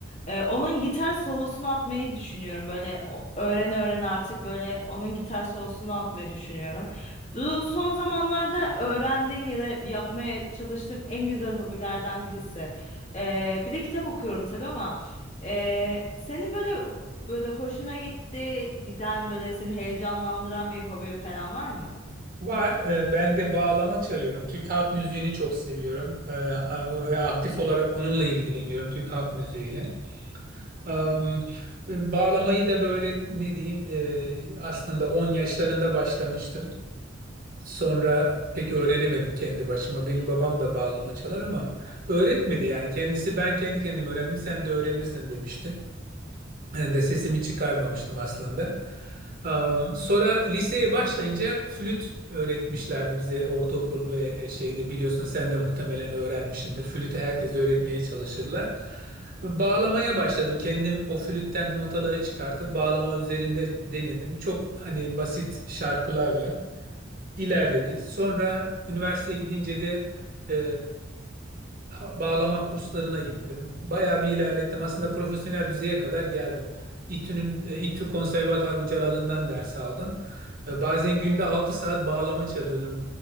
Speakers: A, on the left (about 35°); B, on the right (about 50°).
A: E, onun gitar solosunu atmayı düşünüyorum. Böyle o- öğrene öğrene artık böyle onun gitar solosunu atmayı düşünüyorum. Bu son zamanlarda öğrendiğim ya da yapmaya çalıştığım en güzel hobilerden birisi. Ee, bir de kitap okuyorum tabii ama ee, senin böyle ho- böyle hoşuna gitti giden böyle seni heyecanlandıran bir hobi falan var mı?
B: Var. Ee, Ben de bağlama çalıyorum. Türk halk müziğini çok seviyorum. Ee, a- Ve aktif olarak onunla ilgileniyorum. Türk halk müziğiyle. Am, e, Bağlamayı da böyle ne diyeyim e, aslında 10 yaşlarında başlamıştım. Sonra pek öğrenemedim kendi başıma. Benim babam da bağlama çalar ama öğretmedi yani. Kendisi ben kendi kendime öğrendim sen de öğrenirsin demişti. Ben de sesimi çıkarmamıştım aslında. Am, sonra liseye başlayınca flüt öğretmişlerdi bize ortaokul ve e, şeyde biliyorsun sen de muhtemelen öğrenmişsindir. Flütü herkes öğretmeye çalışırlar. Bağlamaya başladım. Kendim o flütten notaları çıkartıp bağlama üzerinde denedim. Çok hani basit şarkılarla ilerledik. Sonra üniversiteye gidince de e, bağlama kurslarına gittim. Bayağı bir ilerlettim. Aslında profesyonel düzeye kadar geldim. İTÜ'nün e, İTÜ konservatuar hocalarından ders aldım. E, Bazen günde 6 saat bağlama çalıyordum.